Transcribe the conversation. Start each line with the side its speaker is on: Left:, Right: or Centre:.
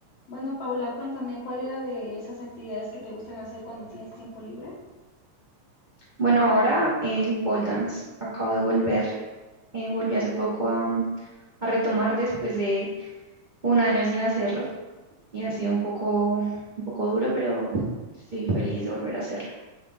Left: Bueno, Paula, cuéntame, ¿cuál era de esas actividades que te gustan hacer cuando tienes tiempo libre?
Right: Bueno, ahora el pole dance. Acabo de volver. eh, volví hace poco a, mm, a retomar después de un año sin hacerlo y ha sido un poco, un poco duro, pero estoy feliz de volver a hacerlo.